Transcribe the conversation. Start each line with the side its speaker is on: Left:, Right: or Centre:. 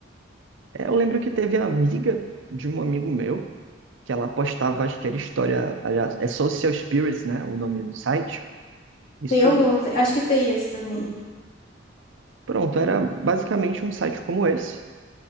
Right: É, eu lembro que teve a amiga de um amigo meu, que ela postava, acho que era história, aliás, é Social Spirits, né, o nome do site. Isso,
Left: Tem algum, tem- acho que tem esse também.
Right: pronto, era basicamente um site como esse